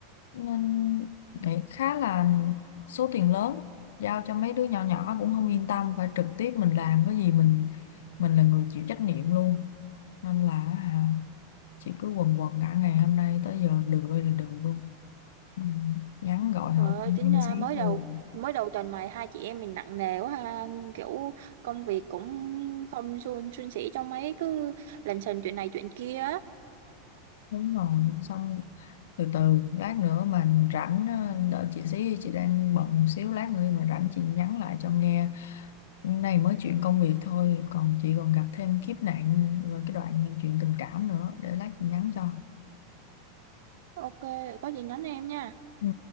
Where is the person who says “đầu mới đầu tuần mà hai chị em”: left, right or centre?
Right